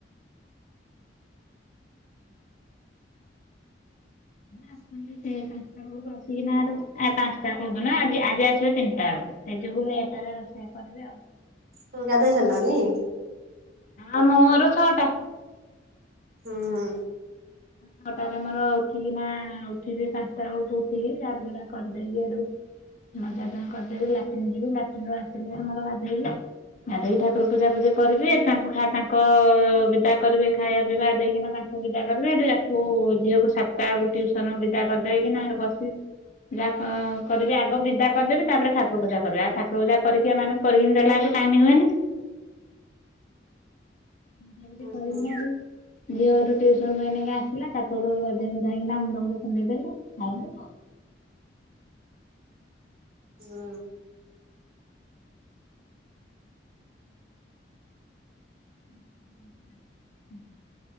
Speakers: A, on the left; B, on the right.
A: ଆସୁଛନ୍ତି ସେ ପା। ବେଳକୁ ଆସିକି ନା ଆ ପାଞ୍ଚଟା କଉଦିନ ନା ଆଜି ଆଜି ଆସିବେ ତିନିଟା ବେଳକୁ ସେ ଯୋଗୁ ଲେଟରେ ରୋଷେଇ କରିବି ଆଉ।
B: ତୁ ଗାଧେଇ ସାରିଲଣିି?
A: ଆ ମୋର ଛଅଟା।
B: ହୁଁ
A: ଛଅଟାରେ ମୋର ଉଠିକି ନା ଉଠିବି ପାଞ୍ଚଟା ବେଳକୁ ଉଠିକି ଝାଡୁଝୁଡା କରିଦେବି ଏଡୁ। ମଜା ଧୁଆ କରିଦେବି ଲାଟିନ୍ ଯିବି ଲାଟିନ ରୁ ଆସିଲେ ମୋର ଗାଧେଇବି। ଗାଧେଇକି ଠାକୁର ପୂଜା ପୂଜି କରିବି ତାଙ୍କୁ ତାଙ୍କ ବିଦା କରିବି ଖାଇବା ପିଇବା ଦେଇକିନା ତାଙ୍କୁ ବିଦା କରିବି। ୟାକୁ ଝିଅକୁ ସାତଟା ବେଳକୁ ଟିଉସନ ବିଦା କରିଦେଇକିନା ବସିବି। ଯାହା କ କରିବି ଆଗ ବିଦା କରିଦେବି ତାପରେ ଠାକୁର ପୂଜା କରିବି ଆଉ ଠାକୁର ପୂଜା କରିକି ଏମାନଙ୍କୁ କରିକି ନେଲା ବେଳକୁ ଟାଇମ ହୁଏନି। ପୂଜା ପୂଜି କରିକିନା
B: ହୁଁ
A: ହେଠୁ ଝିଅର ଟିଉସନ ରୁ ଏଇନିକା ଆସିଲା ତାକୁୁ ହେଠୁ ଗଧେଇ ଗୁଧା କିନା ମୁଣ୍ଡମୁଣ୍ଡି କୁଣ୍ଡେଇ ଦେଲୁ ଖାଇଲୁ।
B: ହୁଁ
A: <inaudible>